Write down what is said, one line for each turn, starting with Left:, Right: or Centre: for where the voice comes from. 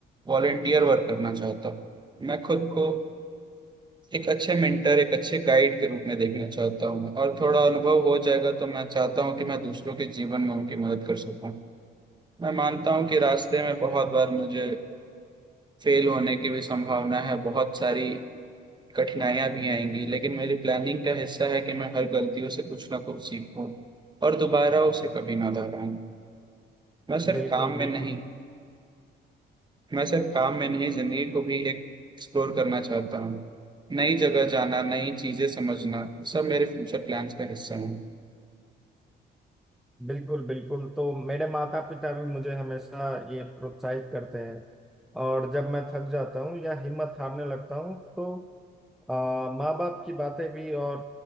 Right: वॉलेंटियर वर्क करना चाहता हूँ मैं खुद को एक अच्छे मेंटर एक अच्छे गाइड के रूप में देखना चाहता हूँ और थोड़ा अनुभव हो जाएगा तो मैं चाहता हूँ कि मैं दूसरों के जीवन में उनकी मदद कर सकूँ मैं मानता हूँ कि रास्ते में बहुत बार मुझे फेल होने की भी संभावना है बहुत सारी कठिनाइयां भी आएंगी लेकिन मेरी प्लानिंग का हिस्सा है कि मैं हर गलतियों से कुछ ना कुछ सीखूं और दोबारा उसे कभी ना दोहराऊं मैं सिर्फ
Centre: बिल्कुल
Right: काम में
Centre: बिल्कुल
Right: नहीं मैं सिर्फ काम में नहीं जिंदगी को भी एक एक्सप्लोर करना चाहता हूँ नई जगह जाना नई चीजें समझना सब मेरे फ्यूचर प्लान्स का हिस्सा है
Centre: बिल्कुल बिल्कुल तो मेरे माता पिता भी मुझे हमेशा ये प्रोत्साहित करते हैं और जब मैं थक जाता हूँ या हिम्मत हारने लगता हूँ तो आ, माँ बाप की बातें भी और